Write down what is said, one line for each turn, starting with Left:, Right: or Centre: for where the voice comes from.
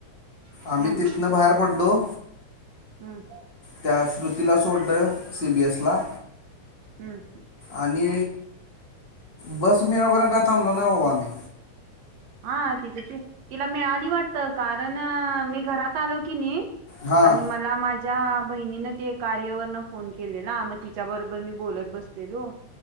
Right: हम्म
Left: आम्ही तिथनं बाहेर पडलो.
Right: हम्म.
Left: त्या स्मृतीला सोडलं सी. बी. एस. ला.
Right: हं.
Left: आणि बस मिळेपर्यंत काय थांबलो नाही बाबा आम्ही.
Right: हा तिथ तिला मिळाली वाटतं. कारण मी घरात आलो की नी.
Left: हां
Right: आणि मला माझे माझ्या बहिणीन ते कार्यवरन फोन केलेला. ना मग तिच्या बरोबर मी बोलत बसलेले.